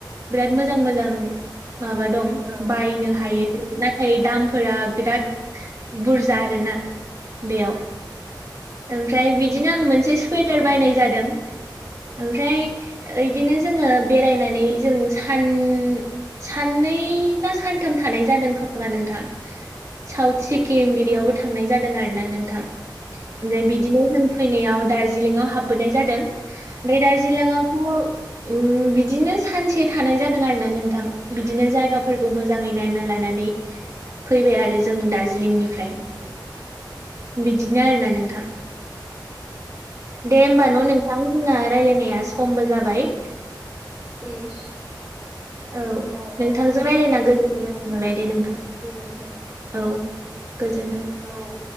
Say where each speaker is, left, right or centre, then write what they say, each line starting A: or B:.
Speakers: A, on the right; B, on the right.
A: बिराद मोजां मोजां माबा दं
B: औ
A: बायनो हायो। नाथाय दामफोरा बिराद बुरजा आरोना बेयाव। ओमफ्राय बिदिनो आं मोनसे सुवेटार
B: औ
A: बायनाय जादों। ओमफ्राय इदिनो जोङो बेरायनानै जों सान उम साननै ना सानथाम थानाय जादों खोमा नोंथां। साउथ सिक्किम बिदियावबो थांनाय जादों आरो ना नोंथां
B: औ औ
A: ओमफ्राय बिदिनो जों फैनायाव दार्जिलिंआव हाबबोनाय जादों बे दार्जिलिंआवथ' उम बिदिनो सानसे थानाय जादों आरो ना नोंथां बिदिनो जायगाफोरखौ मोज जाङै नायना लानानै फैबाय आरो जों दार्जिलिंनिफ्राय। बिदिनो आरोना नोंथां। दे होमबा न' नोंथां जोंहा रायलायनाया समबो जाबाय।
B: <unintelligible>
A: औ
B: अ
A: नोंथांजों
B: अ
A: रायलायना गोजोननाय
B: दे होमबा
A: मोनबाय दे नोंथां।
B: गोजोन्थों
A: औ गोजोनदों।
B: औ